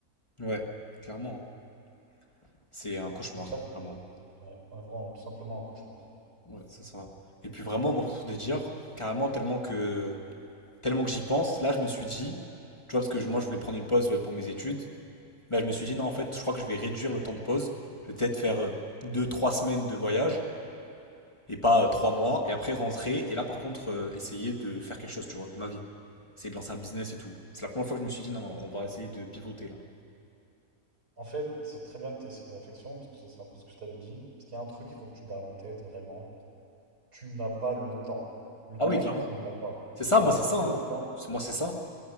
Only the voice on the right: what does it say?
Donc ça, c'est
ouais, un- vraiment tout simplement un cauchemar.
En fait, c'est très bien que tu aies cette réflexion, parce que ça, c'est un peu ce que je t'avais dit. Parce qu'il y a un truc qu'il faut que tu gardes en tête, vraiment. Tu n'as pas le temps. Le
temps,
tu ne l'as pas.
Tu
n'as
zéro
temps.